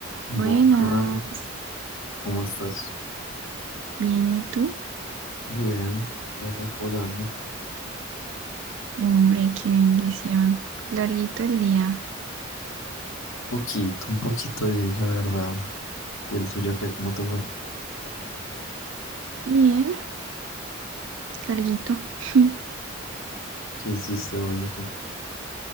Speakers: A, on the left (about 80°); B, on the right (about 65°).
A: Buenas,
B: Buenas,
A: ¿cómo estás?
B: bien, ¿y tú?
A: Bien, ya reposando.
B: Hombre, qué bendición. Larguito el día.
A: Un poquito, un poquito de la verdad. ¿Y el tuyo qué? ¿Cómo te fue?
B: Bien, larguito. <laughs>
A: ¿Qué hiciste hoy o qué?